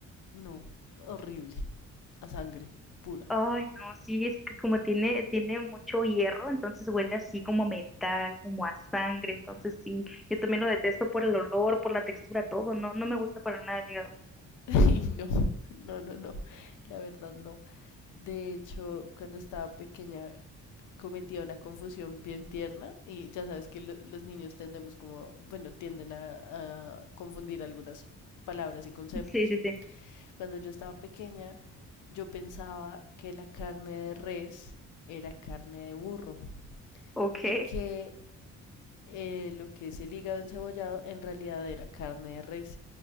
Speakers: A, on the left (about 80°); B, in the centre.
A: No, horrible, a sangre pura.
B: Ay, no, sí, es que como tiene, tiene mucho hierro, entonces huele así como metal, como a sangre, entonces sí, yo también lo detesto por el olor, por la textura, todo, no, no me gusta para nada el hígado.
A: <laughs> Y no, no, no, no, la verdad no. De hecho, cuando estaba pequeña cometía una confusión bien tierna y ya sabes que lo- los niños tendemos como, bueno, tienden a, a confundir algunas palabras y conceptos.
B: <laughs> Sí, sí, sí.
A: Cuando yo estaba pequeña, yo pensaba que la carne de res era carne de burro
B: Ok,
A: y que eh, lo que es el hígado encebollado en realidad era carne de res.